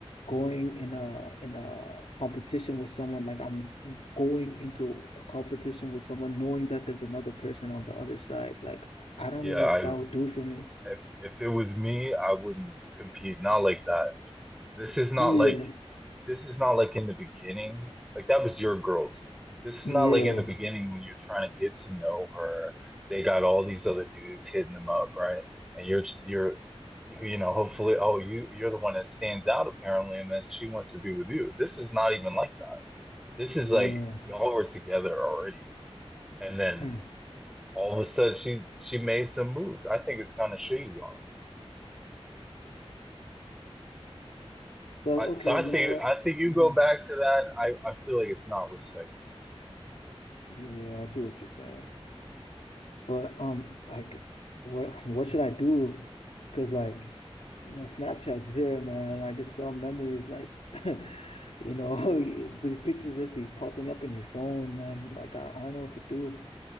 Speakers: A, on the left; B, in the centre.
A: going in a in a competition with someone like I'm going into a competition with someone knowing that there's another person on the other side. Like I don't
B: yeah,
A: know what
B: I
A: that would do for me.
B: If if it was me, I wouldn't compete. Not like that. You know, this is not
A: Yeah.
B: like this is not like in the beginning. Like that was your girl, dude. This is
A: Yeah.
B: not like in the beginning when you're trying to get to know her. They got all these other dudes hitting them up, right? And you're you're you know hopefully oh you you're the one that stands out apparently, and then she wants to be with you. This is not even like that. This is
A: Yeah.
B: like y'all were together already, and then
A: Hmm.
B: all of a sudden she she made some moves. I think it's kind of shady, honestly.
A: So
B: I, so
A: okay,
B: I
A: you
B: think
A: know what?
B: I think you
A: Mhm.
B: go back to that. I, I feel like it's not respecting us.
A: Yeah, I see what you're saying. But um, like, what what should I do? Because like, you know, Snapchat's there, man. I just saw memories like, <laughs> you know, <laughs> these pictures just be popping up in your phone, man. Like, I, I don't know what to do.